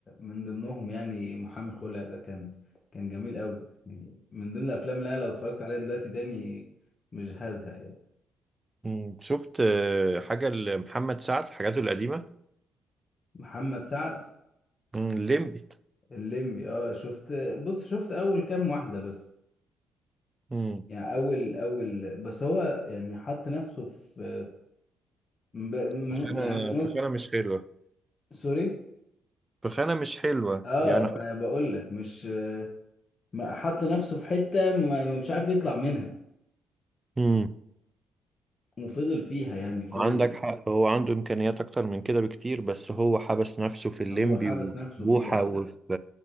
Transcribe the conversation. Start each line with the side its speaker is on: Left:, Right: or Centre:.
Left: من ضمنهم يعني محامي خلع ده كان كان جميل قوي يعني من ضمن الافلام لا لو اتفرجت عليها دلوقتي تاني مش هزهق يعني
Right: مم. شفت آه، حاجة لمحمد سعد حاجاته القديمة
Left: محمد سعد
Right: مم. الليمبي
Left: الليمبي اه شفت بص شفت اول كام واحدة بس
Right: مم.
Left: يعني اول اول بس هو يعني حط نفسه في ب- من
Right: فخانة
Left: يعني من وجه
Right: فخانة مش حلوة
Left: سوري
Right: فخانة مش حلوة
Left: اه
Right: يعني
Left: ما بقول لك مش ما حط نفسه في حتة ما- مش عارف يطلع منها
Right: مم.
Left: وفضل فيها يعني فضل
Right: عندك حق هو عنده إمكانيات أكتر من كده بكتير بس هو حبس نفسه في الليمبي
Left: هو حبس
Right: وفي
Left: نفسه
Right: بوحة
Left: فيها ف
Right: وفي